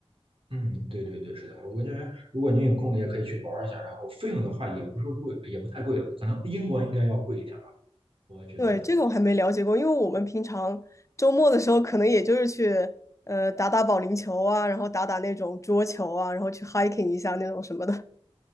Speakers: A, on the right; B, on the left.
A: 嗯，对对对，是的，我感觉如果您有空也可以去玩儿一下，然后费用的话也不是贵，也不太贵，可能英国应该要贵一点吧，我觉得。
B: 对，这个我还没了解过，因为我们平常周末的时候可能也就是去呃打打保龄球啊，然后打打那种桌球啊，然后去 hiking 一下那种什么的。